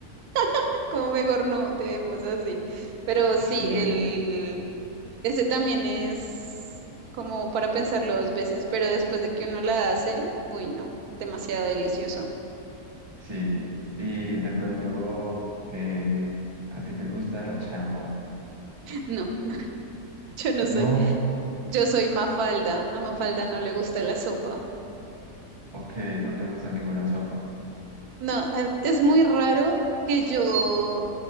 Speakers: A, on the right; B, on the right.
A: <laughs> Como mejor no, debemos así. Pero sí,
B: Sí,
A: el ese también es como para pensarlo dos veces, pero después de que uno la hace, uy, no, demasiado delicioso.
B: sí. Y de pronto, eh, ¿a ti te gusta la changua?
A: No, <laughs> yo no soy.
B: No,
A: Yo soy Mafalda. A Mafalda no le gusta la sopa.
B: ok, no te gusta ninguna sopa.
A: No, eh, es muy raro que yo